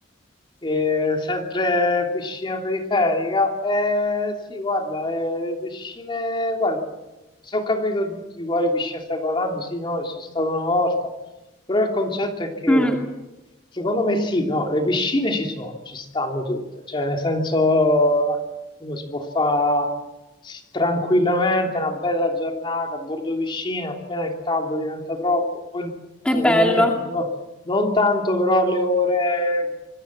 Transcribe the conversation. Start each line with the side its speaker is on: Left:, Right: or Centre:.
Left: E sempre piscina periferica? Eh, sì, guarda, eh, le piscine, guarda, se ho capito di quale piscina stai parlando, sì, no, ci sono stato una volta, però il concetto è che
Centre: Mm,
Left: mh, secondo me sì, no, le piscine ci sono, ci stanno tutte, cioè nel senso uno si può fare sì, tranquillamente una bella giornata a bordo piscina, appena il caldo diventa troppo, poi
Centre: è
Left: secondo
Centre: bello.
Left: me no, non tanto però alle ore,